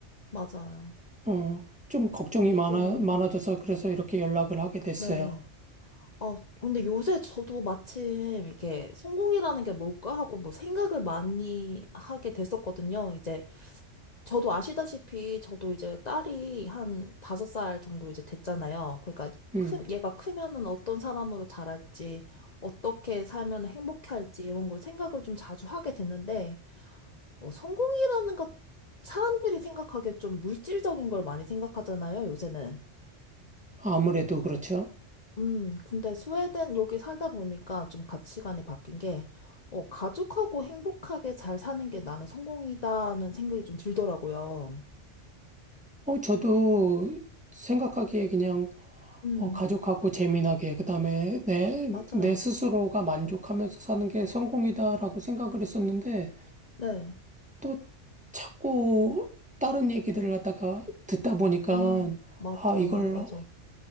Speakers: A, on the left; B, in the centre.
A: 맞아요.
B: 어, 좀 걱정이
A: 이게,
B: 많아, 많아져서 그래서 이렇게 연락을 하게 됐어요.
A: 네. 아, 근데 요새 저도 마침 이게 성공이라는 게 뭘까 하고 뭐 생각을 많이 하게 됐었거든요. 이제 저도 아시다시피 저도 이제 딸이 한 다섯 살 정도 이제 됐잖아요. 그러니까
B: 음,
A: 크, 얘가 크면은 어떤 사람으로 자랄지, 어떻게 살면 행복할지 이런 걸 생각을 좀 자주 하게 됐는데, 어, 성공이라는 것, 사람들이 생각하기에 좀 물질적인 걸 많이 생각하잖아요, 요새는.
B: 아무래도 그렇죠.
A: 음, 근데 스웨덴 여기 살다 보니까 좀 가치관이 바뀐 게, 어, 가족하고 행복하게 잘 사는 게 나는 성공이다는 생각이 좀 들더라고요.
B: 어, 저도 생각하기에 그냥,
A: 음,
B: 어, 가족하고 재미나게, 그 다음에 내,
A: 맞아요.
B: 내 스스로가 만족하면서 사는 게 성공이다라고 생각을 했었는데,
A: 네.
B: 또 자꾸 다른 얘기들을 갖다가 듣다 보니까,
A: 음, 맞아,
B: 아, 이걸
A: 맞아.